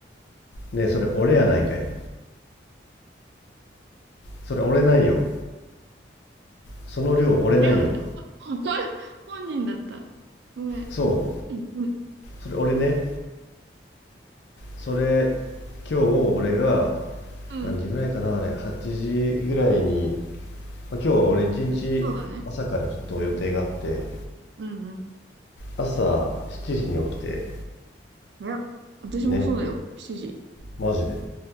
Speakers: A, on the left (about 70°); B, on the right (about 70°).
A: ねえそれ俺やないかいそれ俺ないよその量俺ないよ
B: りょう、本本人だった。ごめん。
A: そう
B: うん。
A: それ俺ね、それ今日俺が
B: うん。
A: 何時ぐらいかなあれ、8時ぐらいに、まあ、今日俺一日朝からちょっと予定があって、
B: そうだね。うん。うん。うん。
A: 朝7時に起きて、
B: 早っ。私もそうだよ。
A: ね、
B: 7時。
A: マジで。